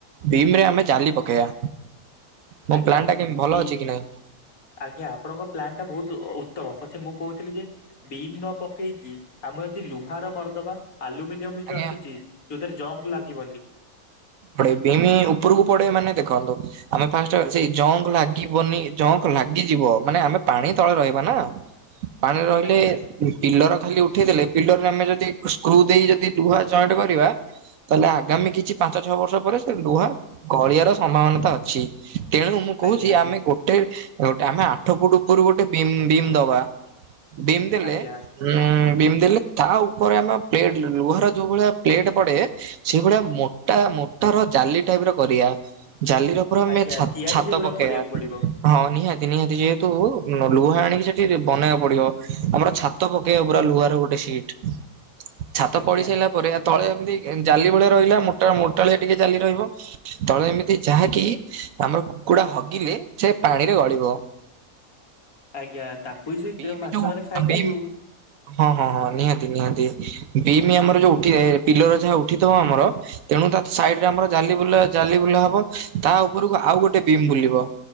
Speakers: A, on the right; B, on the left.
A: ବିମ୍ ରେ ଆମେ ଜାଲି ପକେଇବା। ମୋ
B: ଆଜ୍ଞା
A: ପ୍ଲାନ୍ ଟା କେମିତି ଭଲ
B: ବି
A: ଅଛି କି ନାଇଁ?
B: ଆଜ୍ଞା ଆପଣଙ୍କ ପ୍ଲାନ୍ ଟା ବହୁତ ଅ, ଉତ୍ତମ, ପଛେ ମୁଁ କହୁଥିଲି ଯେ ବିମ୍ ନ ପକେଇକି ଆମେ ଯଦି ଲୁହାର କରିଦବା? ଆଲୁମିନିୟମ ବି ଯୋଉ
A: ଆଜ୍ଞା
B: ଆସୁଛି ଯୋଉଥିରେ ଜଙ୍କ ଲାଗିବନି
A: ପ ଭିମି ଉପରକୁ ପଡେ ମାନେ ଦେଖନ୍ତୁ ଆମେ ଫାଷ୍ଟ ସେଇ ଜଙ୍କ ଲାଗିବନି ଜଙ୍କ ଲାଗିଯିବ ମାନେ ଆମେ ପାଣି ତଳେ ରହିବା ନା ପାଣିରେ ରହିଲେ
B: ଆଜ୍ଞା
A: ପିଲର ଖାଲି ଉଠେଇ ଦେଲେ ପିଲରରେ ଆମେ ଯଦି ସ୍କୃ ଦେଇ ଲୁହା ଜଏଣ୍ଟ କରିବା ତାହେଲେ ଆଗାମୀ କିଛି ପାଞ୍ଚ ଛଅ ବର୍ଷ ପରେ ସେ ଲୁହା ଗଳିଆର ସମ୍ଭାବନାତା ଅଛି ତେଣୁ ମୁଁ କହୁଛି
B: ଆଜ୍ଞା
A: ଆମେ ଗୋଟେ ଗୋଟେ ଆମେ ଆଠ ଫୁଟ ଉପରୁ ଗୋଟେ ବିମ୍ ବିମ୍ ଦବା ବିମ୍ ଦେଲେ
B: ଆଜ୍ଞା
A: ହୁଁ ବିମ ଦେଲେ ତା ଉପରେ ଆମ ପ୍ଲେଟ୍ ଲୁହାର ଯୋଉ ଭଳିଆ ପ୍ଲେଟ୍ ପଡେ ସେଇଭଳିଆ ମୋଟା ମୋଟ ର ଜାଲି ଟାଇପ ର କରିବା ଜାଲିର ପୁରା ଆମେ
B: ଆଜ୍ଞା
A: ଛା
B: ତିଆରି
A: ଛାତ
B: ସେଗୁଡାକୁ
A: ପକେଇ
B: କରିବାକୁ ପଡିବ
A: ବା ହଁ ନିହାତି ନିହାତି ଯେହେତୁ ଲୁହା ଆଣିକି ସେଠି ବନେଇବାକୁ ପଡିବ ଆମର ଛାତ ତ ପକେଇବା ପୁରା ଲୁହର ଗୋଟେ ସିଟ୍ ଛାତ
B: ଆଜ୍ଞା
A: ପଡିି ସାରିଲ ପରେ ଆ ତଳେ ଏମିତି ଜାଲି ଭଳିଆ ରହିଲା ମୋଟା ମୋଟାଳିଆ ଟିକେ ଜାଲି ରହିବ ତଳେ ଏମିତି ଯାହାକି ଆମର କୁକୁଡ଼ା ହଗିଲେ ସେ ପାଣିରେ ଗଳିବ
B: ଆଜ୍ଞା ତାକୁ ହି ସେ
A: ବିମ୍
B: ମାଛ
A: ଯୋଉ
B: ମାନେ ଖାଇକି
A: ବିମ୍
B: ଉ
A: ହଁ ହଁ ହଁ ନିହାତି ନିହାତି ବିମି ଆମର ଯୋଉ ଉଠି ପିଲର ଯାହା ଉଠିଥିବ ଆମର ତେଣୁ ତା ସାଇଡ ରେ ଆମର ଜାଲି ବୁଲା ଜାଲି ବୁଲା ହବ ତା ଉପରକୁ ଆଉ ଗୋଟେ ବିମ୍ ବୁଲିବ